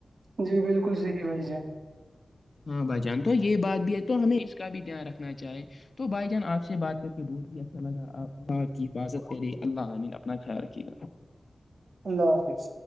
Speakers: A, on the right; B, on the left.
A: جی بالکل سحیح بھائی ہے
B: ہاں بھائی جان تو یہ بات بھی ہے تو ہمیں اس کا بھی دھیان رکھنا چاہے تو بھائی جان آپ سے بات کر کے بول اچھا لگا آپ اللہ آپ کی حفاظت کرے اللہ عامین اپنا خیال رکھیے گا
A: اللہ حافظ